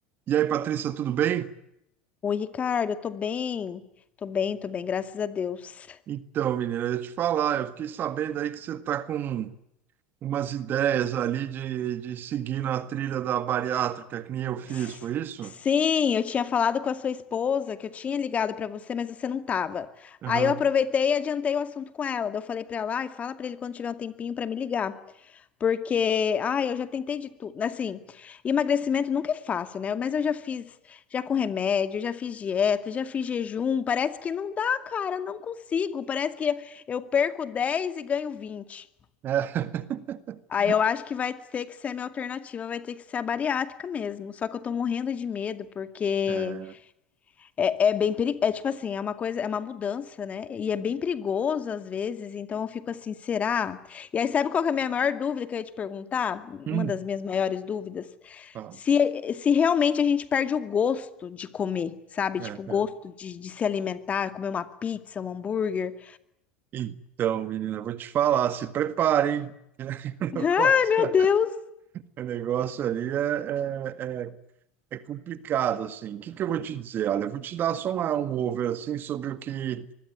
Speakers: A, on the right; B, on the left.
A: E aí, Patrícia, tudo bem?
B: Oi, Ricardo, eu tô bem. Tô bem, tô bem, graças a Deus.
A: Então, menina, eu ia te falar, eu fiquei sabendo aí que você está com umas ideias ali de, de seguir na trilha da bariátrica, que nem eu fiz,
B: S-
A: foi isso?
B: Sim, eu tinha falado com a sua esposa que eu tinha ligado pra você, mas você não tava.
A: Aham.
B: Aí eu aproveitei e adiantei o assunto com ela. Daí eu falei pra ela, ai, fala pra ele quando tiver um tempinho pra me ligar, porque, ai, eu já tentei de tudo, assim, emagrecimento nunca é fácil, né? Mas eu já fiz, já com remédio, já fiz dieta, já fiz jejum, parece que não dá, cara, não consigo. Parece que eu, eu perco 10 e ganho 20.
A: É. <laughs>
B: Aí eu acho que vai ter que ser a minha alternativa, vai ter que ser a bariátrica mesmo. Só que eu tô morrendo de medo, porque
A: É.
B: é, é bem perigoso. É tipo assim, é uma coisa, é uma mudança, né? E é bem perigoso às vezes, então eu fico assim, será? E aí, sabe qual que é a minha maior dúvida que eu ia te perguntar? Uma
A: Hum.
B: das minhas maiores dúvidas.
A: Tá.
B: Se, se realmente a gente perde o gosto de comer, sabe?
A: É,
B: Tipo, o gosto
A: é.
B: de, de se alimentar, comer uma pizza, um hambúrguer.
A: Então, menina, eu vou te falar, se preparem. <laughs> O
B: Ai, meu Deus!
A: negócio, o negócio ali é, é, é, é complicado, assim. O que que eu vou te dizer? Olha, eu vou te dar só uma- um over, assim, sobre o que